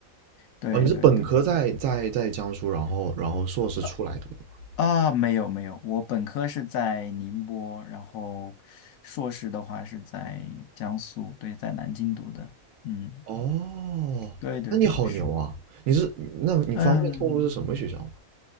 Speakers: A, on the left; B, on the right.
A: 对对对，
B: 哦，你是本科在在在江苏，然后然后硕士出来读的吗？
A: 啊啊，没有没有，我本科是在宁波，然后硕士的话是在江苏，对，在南京读的。嗯，
B: 哦，
A: 对对对，
B: 那你好牛啊！
A: 是，
B: 你是那你方便透露是什么学校吗？
A: 嗯，